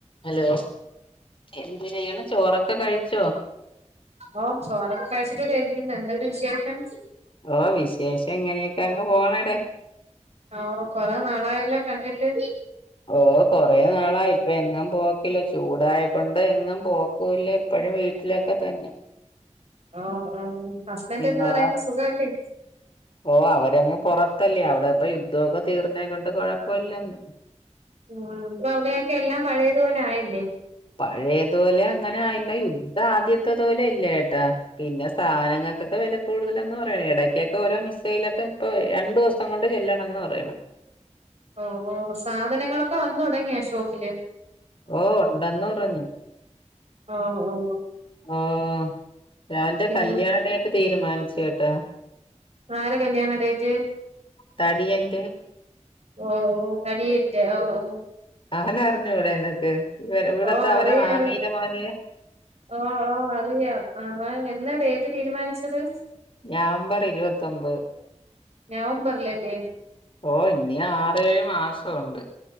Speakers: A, on the left; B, on the right.
A: Hello എന്ത് ചെയ്യണ് ചോറൊക്കെ കഴിച്ചോ
B: ഓ ചോറൊക്കെ കഴിച്ചിട്ടിവിടെയിരിക്കുന്നു എന്താ പിന്നെ വിശേഷം
A: ഓ വിശേഷം ഇങ്ങനെയൊക്കെ അങ്ങ് പോണടെ
B: ഓ കൊറേ നാളായല്ലോ കണ്ടിട്ട്
A: ഓ കൊറെനാളായി ഇപ്പൊ എങ്ങും പോക്കില്ല സ്കൂ ചൂടായ കൊണ്ട് എങ്ങും പോക്കൂല്ല ഇപ്പഴും വീട്ടിലൊക്കെ തന്നെ
B: ആ ആ ഹസ്ബൻ്റ്
A: നിങ്ങളോ
B: എന്ത് പറയുന്നു സുഖല്ലേ
A: ഓ അവരങ്ങ് പുറത്തല്ലേ അവിടെ ഇപ്പ യുദ്ധമൊക്കെ തീർന്നേക്ക കൊണ്ട് കൊഴപ്പമില്ലങ്
B: ആ ഇപ്പോ അവിടെയൊക്കെ എല്ലാം പഴയതുപോലെ ആയി <unintelligible>
A: പഴയത് പോലെ ങ്ങനെ ആയില്ല യുദ്ധം ആദ്യത്തെതോലെ ഇല്ലേ ട്ടോ പിന്നെ സാധനങ്ങൾക്കൊക്കെ വെല കൂടുതലന്ന് പറയും ഇടക്കൊക്കെ ഓരോ മിസൈലൊക്കെ ഇപ്പൊ രണ്ടു ദിവസം കൊണ്ട് ചെല്ലണം എന്ന് പറയണ്
B: ഓ ഓ സാധനങ്ങളൊക്കെ വന്ന് തൊടങ്ങിയോ ഷോപ്പില്
A: ഓ ഉണ്ടെന്ന് പറഞ്ഞ്.
B: ഓ ഓ
A: ഓഹ് ലവന്റെ
B: പിന്നെ
A: കല്യാണ ഡേറ്റ് തീരുമാനിച്ചു കേട്ടാ
B: ആരെ കല്യാണ ഡേറ്റ്
A: തടിയന്റെ
B: ഓ ഓ തടിയല്ലേ ഓ ഓ
A: അവനറിഞ്ഞൂടെ നിനക്ക് ഇവ ഇവിടത്തെ
B: ഓ
A: അവരെ
B: അറിയാം
A: മാമീടെ
B: അറിയാ
A: മോന്
B: ഓ ഓ അറിയാം ആ എന്നാ ഡേറ്റ് തീരുമാനിച്ചത്
A: നവംബർ ഇരുപത്തൊമ്പത്
B: നവംബറിലല്ലേ
A: ഓ ഇനി ആറേഴ് മാസമുണ്ട്